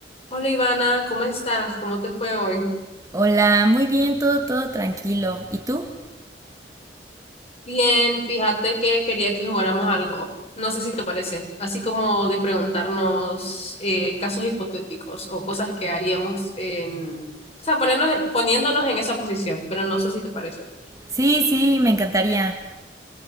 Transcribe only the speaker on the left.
Hola Ivana, ¿cómo estás? ¿Cómo te fue hoy?
Bien, fíjate que quería que jugáramos algo. No sé si te parece, así como de preguntarnos eh, casos hipotéticos o cosas que haríamos en, o sea, ponernos en- poniéndonos en esa posición, pero no sé si te parece.